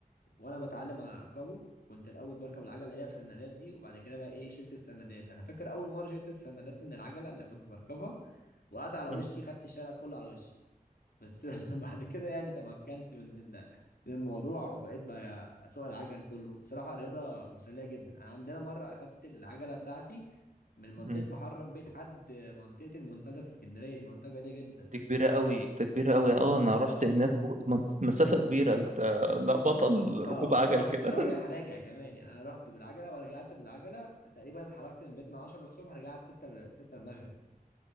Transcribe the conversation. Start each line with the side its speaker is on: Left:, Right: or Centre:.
Left: وانا بتعلم اركبه كنت الاول بركب العجله اللي هي بسندات دي وبعد كده بقى ايه شلت السندات انا فاكر اول مره شلت السندات من العجله اللي كنت بركبها وقعت على
Right: م-
Left: وشي خدت الشارع كله على وشي بس <laughs> بعد كده يعني تمكنت من ال... من الموضوع وبقيت بقى اسوق العجل كله بصراحه رياضه مسليه جدا انا عندنا مره اخدت العجله بتاعتي من منطقه
Right: م.
Left: محرم بيه لحد منطقه المنتزه في اسكندريه دي منطقه بعيده جدا
Right: دي كبيرة قوي دي كبيرة قوي اه انا رحت
Left: اه
Right: هناك و- مت- مسافة كبيرة انت لا بطل ركوب
Left: اه
Right: عجل
Left: رحت
Right: كده
Left: رايح
Right: <laughs>
Left: راجع كمان يعني انا رحت بالعجله ورجعت بالعجله تقريبا اتحركت من بيتنا 10 الصبح رجعت 6 ل- 6 المغرب